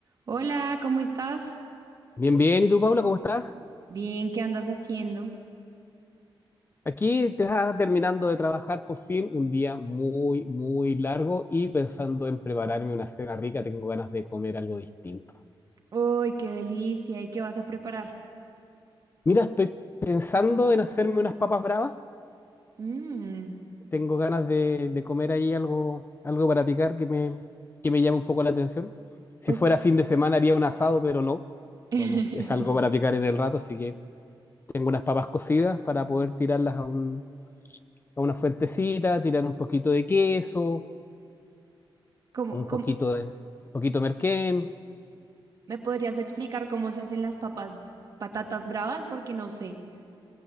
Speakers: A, on the right; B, on the left.
A: Hola, ¿cómo estás?
B: Bien, bien. ¿Y tú, Paula, cómo estás?
A: Bien, ¿qué andas haciendo?
B: Aquí te estás terminando de trabajar por fin, un día muy, muy largo y pensando en prepararme una cena rica, tengo ganas de comer algo distinto.
A: ¡Uy, qué delicia! ¿Y qué vas a preparar?
B: Mira, estoy pensando en hacerme unas papas bravas,
A: Mmm,
B: tengo ganas de, de comer ahí algo, algo para picar que me, que me llame un poco la atención. Si
A: ok.
B: fuera fin de semana haría un asado, pero no.
A: <laughs>
B: Vamos, es algo para picar en el rato, así que tengo unas papas cocidas para poder tirarlas a un- a una fuentecita, tirar un poquito de queso
A: ¿Cómo,
B: un
A: cómo-
B: poquito de, un poquito de merquén.
A: me podrías explicar cómo se hacen las papas, patatas bravas? Porque no sé.